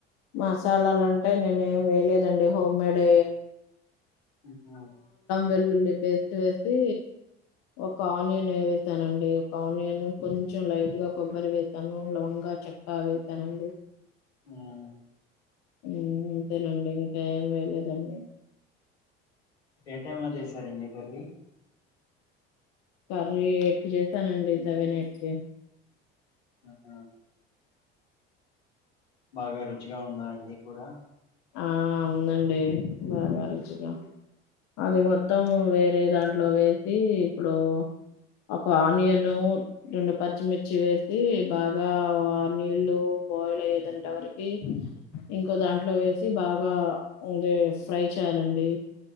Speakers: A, on the left; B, on the left.
A: మసాలాలంటే నేనేం వేయలేదండి, హోమ్‌మేడ్.
B: ఉ... హు..
A: వెల్లుల్లి పేస్ట్ వేసి. ఒక ఆనియన్ వేసానండి. ఒక ఆనియన్, కొంచెం లైట్‌గా కొబ్బరి వేసాను. నూనె లాగా. బా చెప్పావే తనంది.
B: మ్మ్
A: ఉమ్, అంతేనండి. ఇంకా ఏం వేయలేదండి.
B: ఏ టైమ్‌లో చేసారండి కర్రీ?
A: కర్రీ ఎయిట్‌కి చేసానండి. సెవెన్ ఎయిట్‌కి.
B: ఆహా. బాగా రుచిగా ఉందాండి కూర?
A: ఆ, ఉందండి. బాగా రుచిగా అది మొత్తం. వేరే దాంట్లో వేసి ఇప్పుడు. ఒక ఆనియను రెండు పచ్చిమిర్చి వేసి బాగా ఆ నీళ్లు బాయిల్ అయ్యేటంత వరకి ఇంకో దాంట్లో వేసి చీ బాగా ఆ ఫ్రై చేయాలండి